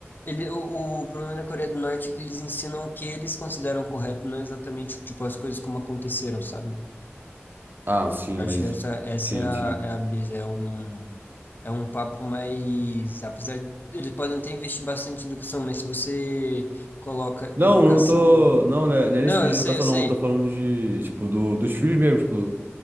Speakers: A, on the left; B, on the right.
A: ele, o, o problema da Coreia do Norte é que eles ensinam o que eles consideram correto, não exatamente, tipo, as coisas como aconteceram, sabe?
B: Ah, sim,
A: Acho
B: mas.
A: que essa, essa
B: Sim,
A: é a,
B: sim.
A: é a brisa, é um, é um papo mais, apesar de, eles podem até investir bastante em educação, mas se você coloca
B: Não,
A: educação
B: não tô. Não, né, não é
A: não,
B: nesse vídeo
A: eu
B: de
A: sei,
B: educação,
A: eu sei.
B: não. Eu Tô falando de. Tipo, do, dos filhos mesmo. Tipo,